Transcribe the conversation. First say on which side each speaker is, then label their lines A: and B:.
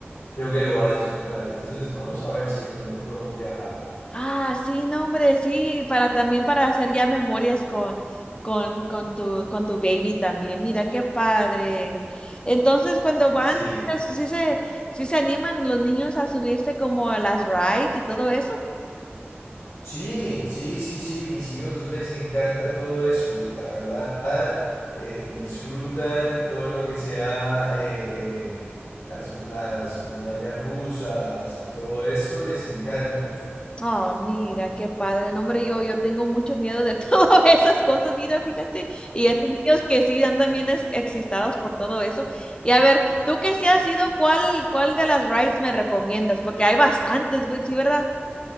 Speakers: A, on the left; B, on the left.
A: creo que lo va a disfrutar. Entonces vamos a ver si de pronto podemos viajar.
B: Ah, sí, no, hombre, sí, para también para hacer ya memorias con, con, con tu, con tu baby también. Mira, qué padre. Entonces, cuando van,
A: Sí,
B: se- sí se, sí se animan los niños a subirse como a las rides y todo eso.
A: sí, sí, sí, sí, mis hijos les encanta todo eso, la verdad, eh, disfrutan todo lo que sea eh, eh, las, las montañas rusas y todo esto, les encanta.
B: Ah, mira, qué padre, no, hombre, yo, yo tengo mucho miedo de <laughs> todas esas cosas, mira, fíjate, y esos niños que sí andan bien ex- excitados por todo eso. Y a ver, tú que sí has ido, ¿cuál, cuál de las rides me recomiendas? Porque hay bastantes, güey, sí, ¿verdad?